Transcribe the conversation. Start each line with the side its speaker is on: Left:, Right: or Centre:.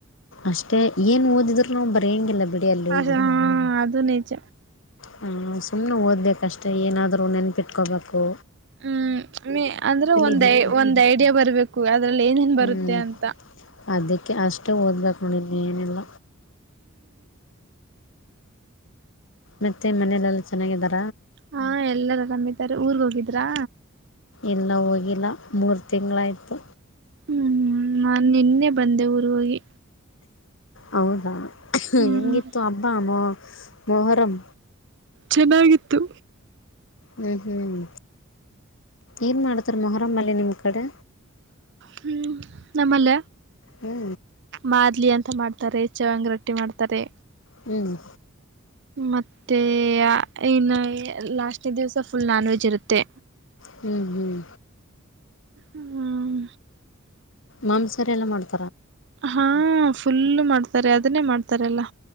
Left: ಅಷ್ಟೇ ಏನ್ ಓದಿದ್ರು ನಾವು ಬರೆಯಂಗಿಲ್ಲ. ಬಿಡಿ ಅಲ್ಲಿ
Right: ಹ
Left: ಹೋಗಿ
Right: ಹಾ ಅದು ನೇಚ.
Left: ಹ ಸುಮ್ಮ್ನೆ ಓದ್ಬೇಕಷ್ಟೇ ಏನಾದರೂ ನೆನಪಿಟ್ಕೋಬೇಕು.
Right: ಹ್ಮ್ ಅಂದ್ರೆ ಒಂದ್
Left: ಇದಿದ್ದು
Right: ಒಂದ್ ಐಡಿಯಾ ಬರ್ಬೇಕು. ಅದ್ರಲ್ಲಿ ಏನೇನ್
Left: ಹ್ಮ್
Right: ಬರುತ್ತೆ ಅಂತ.
Left: ಅದಕ್ಕೆ ಅಷ್ಟೇ ಓದ್ಬೇಕು ನೋಿದ್ ಏನೆಿಲ್ಲ. ಮತ್ತೆ ಮನೆಯಲೆೆಲ್ಲಾ ಚನ್ನಾಗಿರ.
Right: ಹಾ ಎಲ್ಲಾರ ಆರಾಮಾರ ಊರ್ಗ್ ಹೋಗಿದ್ರಾ.
Left: ಇಲ್ಲ ಹೋಗಿಲ್ಲ ಮೂರು ತಿಂಗಳಾಯ್ತು.
Right: ಹ್ಮ್ ಹ್ಮ್ ನಾನ್ ನಿನ್ನೆ ಬಂದೆ ಊರ್ ಹೋಗಿ.
Left: ಹೌದಾ
Right: ಹ್ಮ್
Left: ಹೆಂಗಿತ್ತು ಅಬ್ಬಾ ಮೊ ಮೊಹರಂ.
Right: ಚೆನ್ನಾಗಿತ್ತು.
Left: ಹ್ಮ್ ಹ್ಮ್ ಏನ್ ಮಾಡ್ತಾರ ಮೊಹರಂಲ್ಲಿ ನಿಮ್ ಕಡೆ.
Right: ಹ್ಮ್ ನಮ್ಮಲ್ಲ
Left: ಹ್ಞೂ
Right: ಮಾಡದ್ಲಿ ಅಂತ ಮಾಡ. ತಾರೆ ಚವಂಗ <unintelligible> ರೊಟ್ಟಿ ಮಾಡ್ತಾರೆ.
Left: ಹ್ಮ್.
Right: ಮತ್ತೆ ಇನ್ನ ಲಾಸ್ಟ್ನ ದಿವ್ಸ ಫುಲ್ ನಾನ್ ವೆಜ್ ಇರುತ್ತೆ.
Left: ಹ್ಮ್ ಹ್ಮ್.
Right: ಹ್ಮ್
Left: ಮಾಂಸಾರ <unintelligible> ಎಲ್ಲ ಮಾಡ್ತವಿ.
Right: ಹಾ ಫುಲ್ಲ ಮಾಡ್ತಾರೆ ಅದನ್ನೇ ಮಾಡ್ತಾರೆ ಎಲ್ಲಾ